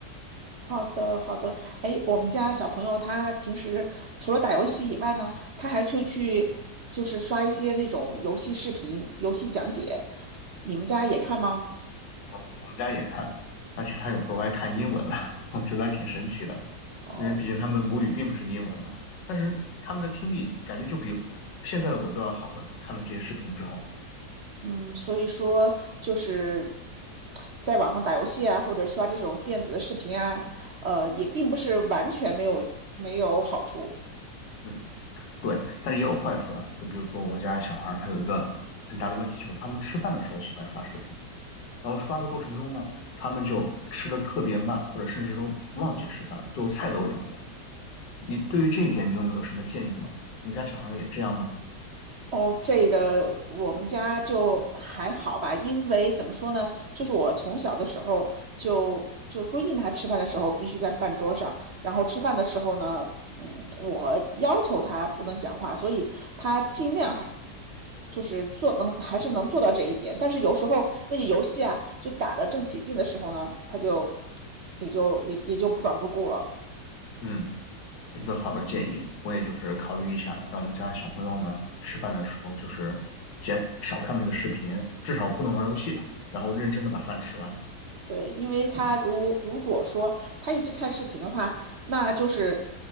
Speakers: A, on the right; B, on the left.
A: 好的，好的。哎，我们家小朋友他平时除了打游戏以外呢，他还会去就是刷一些那种游戏视频、游戏讲解。你们家也看吗？
B: 哦，我们家也看，而且他有时候还看英文的，<laughs> 我觉得挺神奇的，
A: 哦，
B: 因为毕竟他们母语并不是英文嘛。但是他们的听力感觉就比现在的我都要好了，看了这些视频之后，
A: 嗯，所以说就是在网上打游戏啊，或者刷这种电子的视频啊，呃，也并不是完全没有没有好处。
B: 嗯。对，但是也有坏处啦。就比如说我家小孩儿他有一个很大的问题，就是他们吃饭的时候喜欢刷视频，然后刷的过程中呢，他们就吃的特别慢，或者甚至都忘记吃饭了，最后菜都凉了。你对于这一点，你有没有什么建议吗？你们家小孩儿也这样吗？
A: 哦，这个我们家就还好吧，因为怎么说呢，就是我从小的时候就就规定他吃饭的时候必须在饭桌上，然后吃饭的时候呢，嗯，我要求他不能讲话，所以他尽量还就是做能还是能做到这一点，但是有时候那个游戏啊，就打得正起劲的时候呢，他就也就也也就不管不顾了。
B: 嗯，这是个好的建议，我也就是考虑一下，让我们家小朋友呢吃饭的时候就是减少看那个视频，至少不能玩游戏吧，然后认真的把饭吃完。
A: 对，因为他如如果说他一直看视频的话，
B: 嗯。
A: 那就是